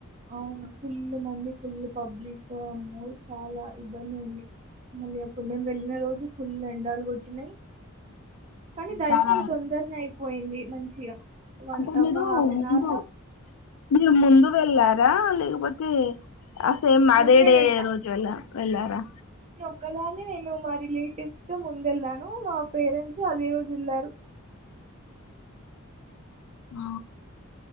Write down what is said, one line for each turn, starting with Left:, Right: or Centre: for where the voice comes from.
Right: అవును ఫుల్ మంది ఫుల్ పబ్లిక్ అమ్ము చాలా ఇబ్బంది అయింది. మళ్ళీ అప్పుడు మేము వెళ్ళిన రోజు ఫుల్ ఎండలు కొట్టినయి. కానీ దర్శనం
Left: చాలా
Right: తొందరనే అయి పోయింది మంచిగా వన్
Left: అంటే మీరు
Right: ఒక హాఫ్ అన్
Left: ముందు
Right: అవర్‌లో
Left: మీర్ ముందు ఎల్లారా లేకపోతే ఆ సేమ్
Right: ముందే
Left: అదే డే
Right: వెళ్ళా.
Left: రోజు వెళ్ళ వెళ్ళారా
Right: ఒక్కదాని నేను మా రిలేటివ్స్ తో ముందు వెళ్ళాను మా పేరెంట్స్ అదే రోజు వెళ్లారు
Left: ఆ